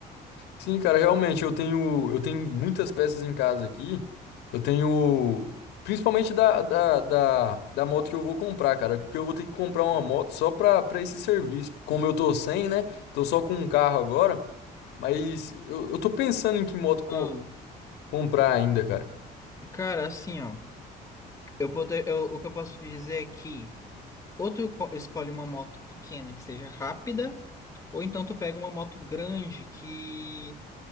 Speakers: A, on the left; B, on the left.
A: Sim, cara, realmente eu tenho eu tenho muitas peças em casa aqui. Eu tenho principalmente da, da, da, da moto que eu vou comprar, cara, porque eu vou ter que comprar uma moto só pra, pra esse serviço. Como eu tô sem, né? Tô só com um carro agora, mas eu, eu tô pensando em que moto co-
B: Ah,
A: comprar ainda, cara.
B: Cara, assim, ó, eu, poder, eu- o que eu posso te dizer é que ou tu co- escolhe uma moto pequena que seja rápida, ou então tu pega uma moto grande que